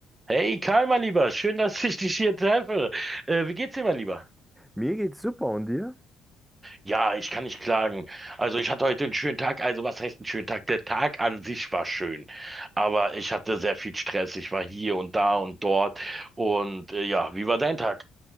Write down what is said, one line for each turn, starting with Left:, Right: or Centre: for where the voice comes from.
Right: Hey Karl, mein Lieber, schön, dass ich dich hier treffe. Äh, wie geht's dir, mein Lieber?
Centre: Mir geht's super und dir?
Right: Ja, ich kann nicht klagen. Also ich hatte heute einen schönen Tag. Also was heißt einen schönen Tag? Der Tag an sich war schön, aber ich hatte sehr viel Stress. Ich war hier und da und dort. Und äh, ja, wie war dein Tag?